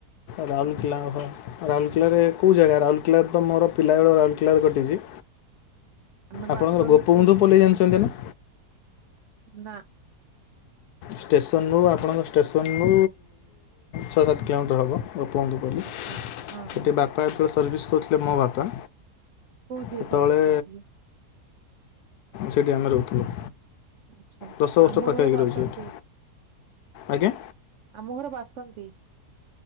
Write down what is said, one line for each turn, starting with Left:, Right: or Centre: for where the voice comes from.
Left: ରାଉଲ୍ କେଲା ଘର? ରାଉରକେଲାରେ କୋଉ ଜାଗା? ରାଉରକେଲାରେ ତ ମୋର ପିଲା ବେଳ ରାଉରକେଲାରେ କଟିଛି।
Right: ଆମେ
Left: ଆପଣଙ୍କର
Right: ବାସନ୍ତି
Left: ଗୋପବନ୍ଧୁ ପଲେଇ ଜାଣିଛନ୍ତି ନା?
Right: ନା
Left: ଷ୍ଟେସନ୍ ରୁ ଆପଣଙ୍କ ଷ୍ଟେସନ୍ ରୁ ଛଅ ସାତ କିଲୋମିଟର ହବ। ଗୋପବନ୍ଧୁ ପଲ୍ଲି।
Right: ଆଚ୍ଛା ହଁ
Left: ସେଠି
Right: ହଁ
Left: ବାପା ଯେତେବେଳେ ସର୍ଭିସ୍ କରୁଥିଲେ ମୋ ବାପା।
Right: କୋଉଥିରେ
Left: ସେତେବେଳେ
Right: ସର୍ଭିସ କରିଥିଲେ?
Left: ସେଇଠି ଆମେ ରହୁଥିଲୁ।
Right: ଆଛା।
Left: ଦଶ ବର୍ଷ
Right: ଆମ
Left: ପାଖାପାଖି
Right: ଘର ବାସନ୍ତି।
Left: ରହିଛୁ ଏଠି ଆଜ୍ଞା
Right: ଆମ ଘର ବାସନ୍ତି।